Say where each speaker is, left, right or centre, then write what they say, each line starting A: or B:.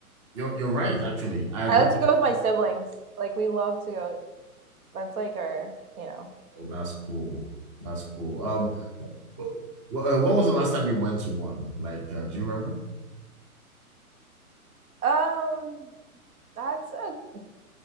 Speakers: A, on the right; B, on the right.
A: You're you're right. Actually, I agree.
B: I like to go with my siblings. Like we love to go. That's like our, you know.
A: Oh, that's cool. That's cool. Um, what, what, uh, what was the last time you went to one? Like, uh, do you remember?
B: <laughs> um, that's a.